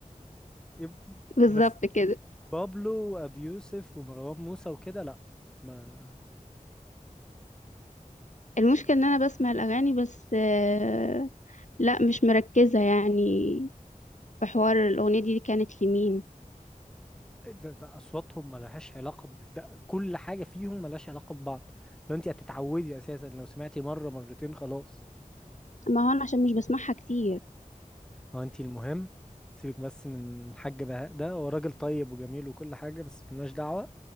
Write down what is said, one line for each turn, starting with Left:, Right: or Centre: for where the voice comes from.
Centre: يب...
Left: بالظبط
Centre: بس
Left: كده
Centre: بابلو وابيوسف ومروان موسى وكده لا ما
Left: المشكلة إن أنا بسمع الأغاني بس آه، لا مش مركزة يعني في حوار الأغنية دي كانت لمين
Centre: ده ده اصواتهم ملهاش علاقه ب... ده كل حاجه فيهم ملهاش علاقه ببعض لو انت هتتعودي اساسا لو سمعتي مره مرتين خلاص
Left: ما هو أنا عشان مش بسمعها كتير
Centre: هو انت المهم سيبك بس من الحاج بهاء ده هو راجل طيب وجميل وكل حاجه بس ملناش دعوه